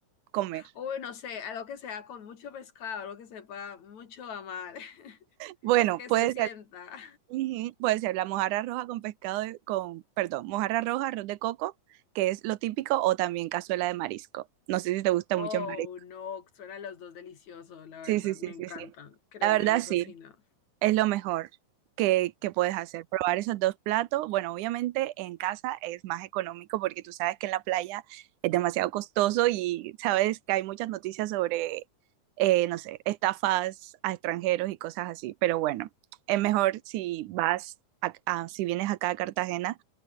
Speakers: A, on the right; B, on the left.
A: comer.
B: Uy, no sé, algo que sea con mucho pescado, algo que sepa mucho a mar, <laughs>
A: Bueno,
B: que
A: puede
B: se sienta.
A: ser Ujú, Puede ser la mojarra roja con pescado de- con, perdón, mojarra roja, arroz de coco, que es lo típico, o también cazuela de marisco. No sé si te gusta
B: Oh,
A: mucho el marisco.
B: no, suenan los dos deliciosos, la
A: Sí,
B: verdad,
A: sí, sí,
B: me encantan,
A: sí, sí.
B: créeme,
A: La verdad,
B: me
A: sí.
B: fascina.
A: Es lo mejor que, que puedes hacer, probar esos dos platos. Bueno, obviamente en casa es más económico porque tú sabes que en la playa es demasiado costoso y sabes que hay muchas noticias sobre, eh, no sé, estafas a extranjeros y cosas así. Pero bueno, es mejor si vas, a- a- si vienes acá a Cartagena,